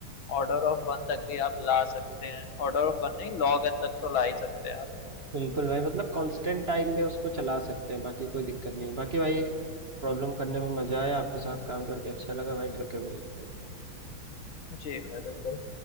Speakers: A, on the left (about 70°); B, on the right (about 35°).
A: ऑर्डर ऑफ वन तक भी आप ला सकते हैं ऑर्डर ऑफ वन नहीं लॉग एन तक तो ला ही सकते हैं आप
B: बिल्कुल भाई मतलब कांस्टेंट टाइम में उसको चला सकते हैं बाकी कोई दिक्कत नहीं बाकी भाई प्रॉब्लम करने में मजा आया आपके साथ काम करके अच्छा लगा भाई फिर कभी
A: जी भाई बिल्कुल